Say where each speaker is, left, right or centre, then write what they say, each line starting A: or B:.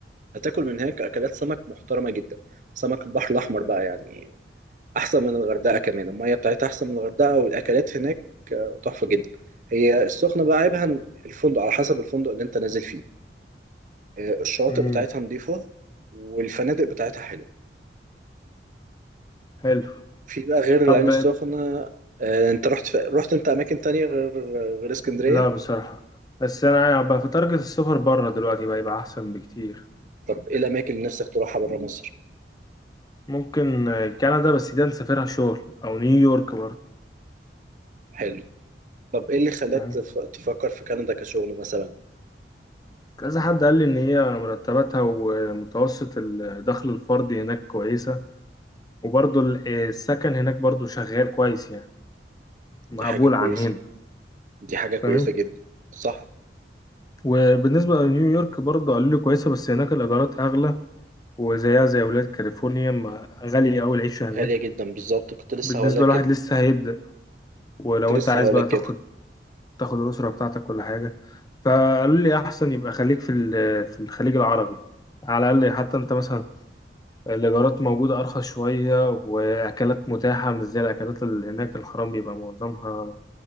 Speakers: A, on the right; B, on the left.
A: هتاكل من هناك أكلات سمك محترمة جدا سمك البحر الأحمر بقى يعني أحسن من الغردقة كمان المية بتاعتها أحسن من الغردقة والأكلات هناك تحفة جدا هي السخنة بقى عيبها إن الفندق على حسب الفندق اللي أنت نازل فيه آه، الشواطئ
B: امم
A: بتاعتها نضيفة والفنادق بتاعتها حلوة
B: حلو
A: في بقى غير العين
B: طب
A: السخنة آه، انت رحت في... رحت انت اماكن تانية غير غير اسكندرية
B: لا بصراحة بس أنا بقى في تارجت السفر بره دلوقتي بقى يبقى أحسن بكتير
A: طب ايه الاماكن اللي نفسك تروحها بره مصر
B: ممكن آه، كندا بس دي نسافرها شغل أو نيويورك برضه
A: حلو طب ايه اللي خلاك
B: يعني
A: تف... تفكر في كندا كشغل مثلا
B: كذا حد قال لي إن هي مرتباتها ومتوسط الدخل الفردي هناك كويسة وبرضه ال- آه، السكن هناك برضه شغال كويس يعني مقبول
A: دي حاجة كويسة
B: عن هنا
A: دي حاجة
B: فاهم
A: كويسة جدا صح
B: وبالنسبة لنيويورك برضه قالوا لي كويسة بس هناك الإيجارات أغلى وزيها زي ولاد كاليفورنيا ما- غالية أوي العيشة هناك
A: غالية جدا بالظبط كنت لسه
B: بالنسبة
A: هقول لك
B: لواحد
A: كده
B: لسه هيبدأ ولو
A: كنت لسه
B: انت عايز
A: هقول
B: بقى
A: لك
B: تاخد
A: كده
B: تاخد الأسرة بتاعتك ولا حاجة فقالوا لي أحسن يبقى خليك في ال- في الخليج العربي على الأقل حتى أنت مثلا الإيجارات موجودة أرخص شوية وأكلات متاحة مش زي الأكلات اللي هناك الحرام بيبقى معظمها